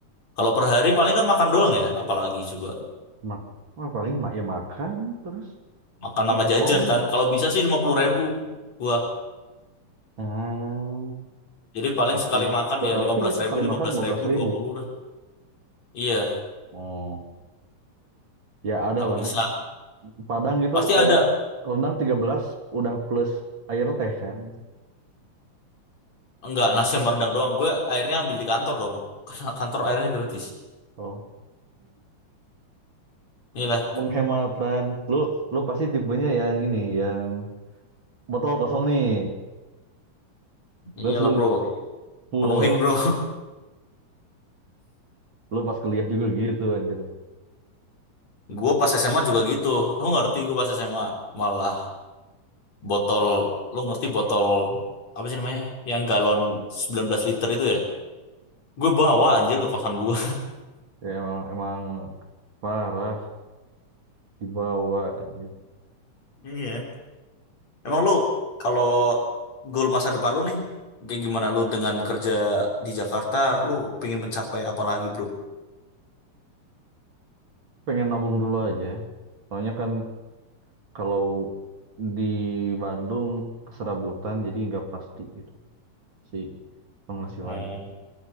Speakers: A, on the left (about 55°); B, on the right (about 35°).
A: Kalau per hari paling kan makan doang ya, apalagi coba.
B: mak wah, paling mak ya makan terus
A: Makan sama
B: nongkrong.
A: jajan kan. Kalau bisa sih lima puluh ribu gua.
B: Ah,
A: Jadi paling
B: Nah,
A: sekali
B: puluh.
A: makan
B: Berarti
A: ya lima belas
B: sekali
A: ribu, lima
B: makan
A: belas
B: lima
A: ribu,
B: belas ribu.
A: dua puluh dah. Iya,
B: Oh, ya ada
A: kalau
B: lah.
A: bisa.
B: Padang itu
A: Pasti ada.
B: eh rendang 13 udah plus air teh kan.
A: Enggak,
B: Ah.
A: nasi sama rendang doang. Gue airnya ambil di kantor dong. <laughs> Karena kantor airnya gratis.
B: oh,
A: Iyalah,
B: Menghemat dan lu lu pasti tipenya yang ini yang botol kosong nih. <laughs> Terus
A: iyalah
B: lu
A: bro.
B: full.
A: Penuhin bro.
B: Lu pas kuliah juga gitu anjir.
A: <laughs> Gue pas SMA juga gitu. Lo ngerti gue pas SMA. Malah botol, lo ngerti botol, apa sih namanya? Yang galon 19 liter itu ya. Gue bawa anjir ke kosan gue.
B: Ya emang emang parah dibawa anjir.
A: <laughs> Iya. Emang lu kalau goal masa depan lu nih kayak gimana lu dengan kerja di Jakarta, lu pengen mencapai apa lagi, Bro?
B: Pengen nabung dulu aja. Soalnya kan kalau di Bandung keserabutan jadi nggak pasti gitu si penghasilannya.
A: Oh,